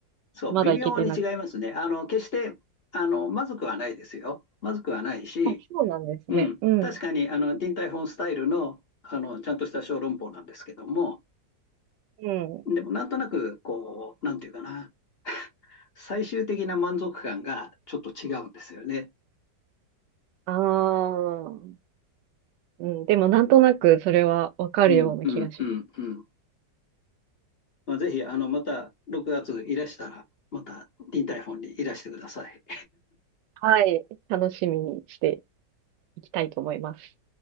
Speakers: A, on the left (about 50°); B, on the right (about 75°).
A: そう、
B: まだ行けてなく
A: 微妙に違いますね。あの、決して、あの、まずくはないですよ。まずくはないし、
B: あ、そうなんですね。
A: うん。
B: うん。
A: 確かに、あの、ディンタイフォンスタイルの、あの、ちゃんとした小籠包なんですけども、
B: うん。
A: でも、なんとなく、こう、なんていうかな。最終的な満足感がちょっと違うんですよね。
B: ああ。うん。でも、なんとなくそれはわかるような気がします。
A: うん、うん、うん、うん。まあ、ぜひ、あの、また6月いらしたら、また、リンタイフォンにいらしてください。
B: はい。楽しみにしていきたいと思います。